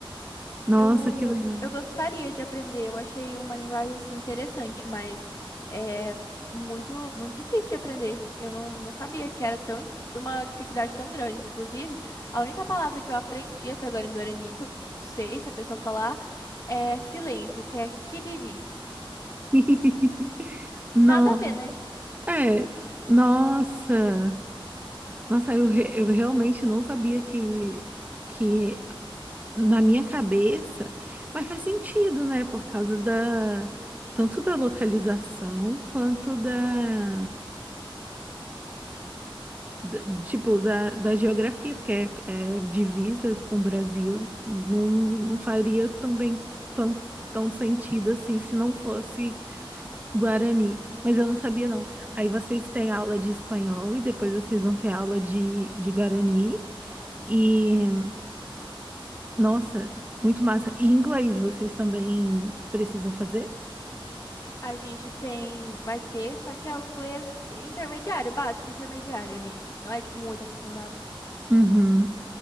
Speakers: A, on the right; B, on the left.
A: Nossa,
B: Eu,
A: que legal.
B: eu gostaria de aprender, eu achei uma linguagem assim, interessante, mas é muito, muito difícil de aprender. Eu não, não sabia que era tão, uma dificuldade tão grande. Inclusive, a única palavra que eu aprendi até agora em Guarani, que eu sei se a pessoa falar, é silêncio, que é kiriri.
A: <laughs> Não,
B: Nada a ver, né?
A: é. Nossa. Nossa, eu, re- eu realmente não sabia que, que na minha cabeça, mas faz sentido, né? Por causa da tanto da localização quanto da, da- tipo da, da geografia, porque é, é divisa com o Brasil, não, não faria também tão, tão sentido assim se não fosse Guarani. Mas eu não sabia, não. Aí vocês têm aula de espanhol e depois vocês vão ter aula de, de Guarani. E Nossa, muito massa. E inglês, vocês também precisam fazer?
B: A gente tem, vai ter, só que é o inglês intermediário, básico, intermediário ali. Não é, tipo, muito aprofundado.
A: Uhum,